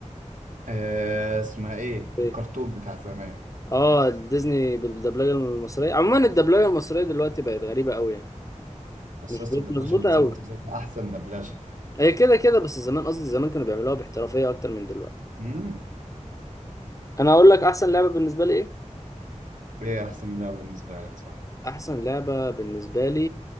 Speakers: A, on the right; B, on the left.
A: آه اسمها ايه
B: إيه؟
A: الكرتون بتاع زمان
B: اه ديزني بالدبلجه المصريه عموما الدبلجه المصريه دلوقتي بقت غريبه قوي يعني
A: بس
B: مش
A: يا اسطى
B: بقت
A: الدبلجة
B: مظبوطه
A: المصرية
B: قوي
A: تظل احسن دبلجة
B: هي كده كده بس زمان قصدي زمان كانوا بيعملوها باحترافيه اكتر من دلوقتي
A: امم
B: انا هقول لك احسن لعبه بالنسبه لي ايه
A: ايه احسن ده بالنسبة لك صح
B: احسن لعبه بالنسبه لي